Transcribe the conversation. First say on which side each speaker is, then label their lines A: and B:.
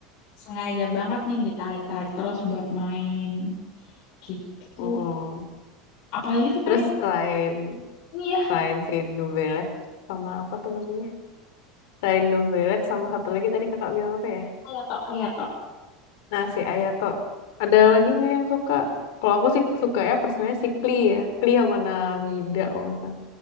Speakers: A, on the left; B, on the left.
A: sengaja banget nih ditarik-tarik terus buat main gitu.
B: Mm-mm.
A: Apalagi tuh
B: Terus
A: kayak
B: selain,
A: ini ya,
B: selain si New Ballet, sama apa tuh namanya? Selain New Ballet, sama satu lagi tadi kakak bilang apa ya?
A: Hayato, Hayato.
B: Nah, si Ayato. Ada lagi nggak yang suka? Kalau aku sih suka ya personanya si Klee ya. Klee sama Nabida kalau nggak salah.